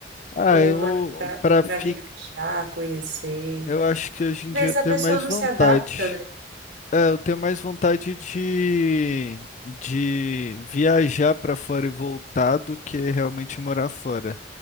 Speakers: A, on the left (about 40°); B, on the right (about 75°).
A: Ah,
B: Ou
A: eu
B: mais pra,
A: para
B: pra
A: ficar,
B: viajar, conhecer?
A: eu acho que hoje
B: Às
A: em
B: vezes
A: dia eu
B: a
A: tenho
B: pessoa
A: mais
B: não
A: vontade.
B: se adapta, né?
A: É, eu tenho mais vontade de, de viajar para fora e voltar do que realmente morar fora.